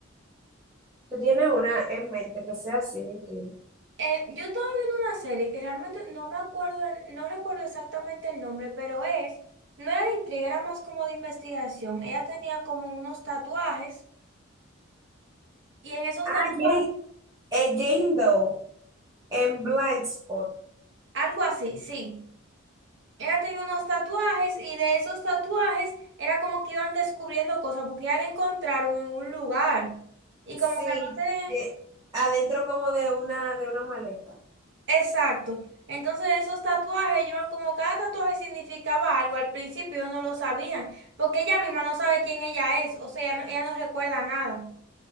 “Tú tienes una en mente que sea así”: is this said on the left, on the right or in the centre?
Right